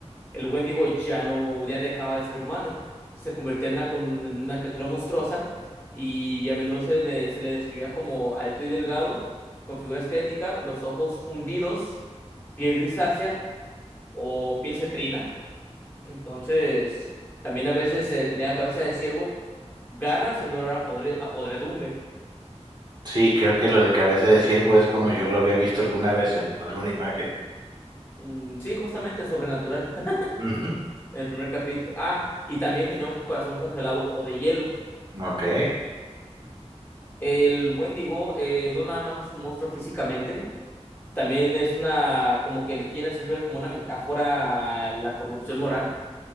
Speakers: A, on the left (about 20°); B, on the right (about 40°).
A: el Wendigo ya no, ya dejaba de ser humano. Se convirtió en una, con- en una criatura monstruosa y a menudo se le, se le describía como alto y delgado, con figura esquelética, los ojos hundidos, piel grisácea o piel cetrina. Entonces, también a veces eh, tenía la cabeza de ciervo, garras y un olor a, podre- a podredumbre.
B: Sí, creo que lo de cabeza de ciervo es como yo lo había visto alguna vez en alguna imagen.
A: Mm, sí, justamente en Sobrenatural, <laughs>
B: Ujú.
A: en el primer capítulo. Ah, y también tenía un corazón congelado o de hielo.
B: Ok.
A: El Wendigo eh, no nada más es un monstruo físicamente, también es una, como que le quieren hacer ver como una metáfora a la corrupción moral,